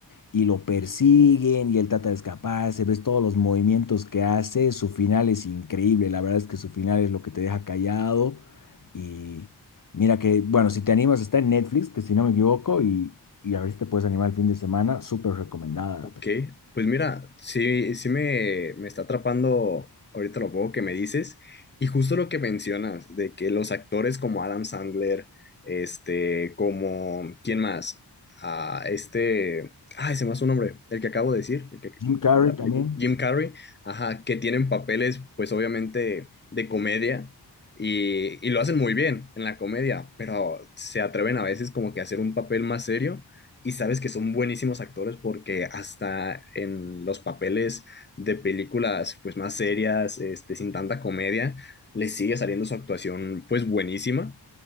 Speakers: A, on the left; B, on the left.
A: y lo persiguen y él trata de escaparse, ves todos los movimientos que hace, su final es increíble, la verdad es que su final es lo que te deja callado y mira que, bueno, si te animas está en Netflix, que si no me equivoco, y, y a ver si te puedes animar el fin de semana, súper recomendada. la
B: ok.
A: pe-
B: Pues mira, sí, sí me, me está atrapando ahorita lo poco que me dices y justo lo que mencionas, de que los actores como Adam Sandler, este, como, ¿quién más? Ah, este, ay, se me hace un nombre, el que acabo de decir, el que,
A: Jim Carrey
B: el de la
A: también.
B: película, Jim Carrey, ajá, que tienen papeles, pues obviamente, de comedia y, y lo hacen muy bien en la comedia, pero se atreven a veces como que a hacer un papel más serio y sabes que son buenísimos actores porque hasta en los papeles de películas pues más serias, este, sin tanta comedia, les sigue saliendo su actuación pues buenísima.